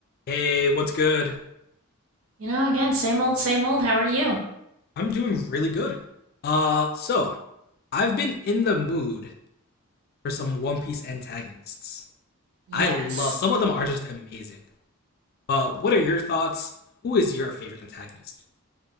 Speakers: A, on the left; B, on the right.
A: Hey, what's good?
B: You know, again, same old, same old. How are you?
A: I'm doing really good. Uh, so I've been in the mood for some One Piece antagonists.
B: Yes.
A: I love some of them are just amazing. Uh, what are your thoughts? Who is your favorite antagonist?